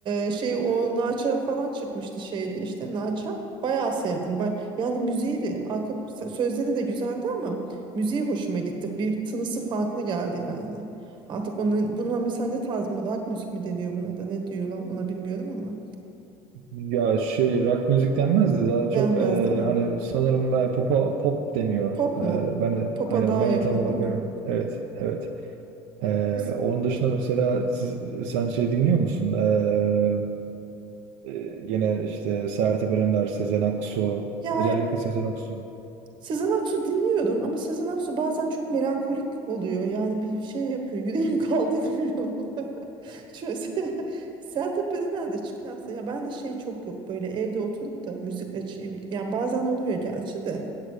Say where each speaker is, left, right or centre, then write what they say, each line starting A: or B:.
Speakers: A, on the right; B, on the right.
A: e, şey o Naça falan çıkmıştı şeydi işte Naça. Bayağı sevdim. Ba- yani müziği de arka s- sözleri de güzeldi ama müziği hoşuma gitti. Bir tınısı farklı geldi yani. Artık onun buna mesela ne tarz mı rock müzik mi deniyor buna da ne diyorlar ona bilmiyorum ama
B: Ya şey rock müzik denmez de daha çok
A: beğenmez
B: e,
A: değil mi?
B: hani sanırım e, pop pop deniyor.
A: Pop
B: E,
A: mu?
B: ben de
A: Pop'a
B: hani
A: daha
B: ben
A: yakın
B: de tam olarak
A: değil
B: bilmiyorum.
A: mi?
B: Evet evet. Ee,
A: Mes-
B: onun dışında mesela siz, sen şey dinliyor musun? Ee, e, gene işte Sertab Erener, Sezen Aksu,
A: Ya
B: özellikle Sezen Aksu.
A: Sezen Aksu dinliyorum ama Sezen Aksu bazen çok melankolik oluyor. Yani bir şey yapıyor. Yüreğim <laughs> kaldırmıyor. <laughs> Çünkü Se- Sertab Erener de çıkarsa ya ben de şey çok yok böyle evde oturup da müzik açayım. Yani bazen oluyor gerçi de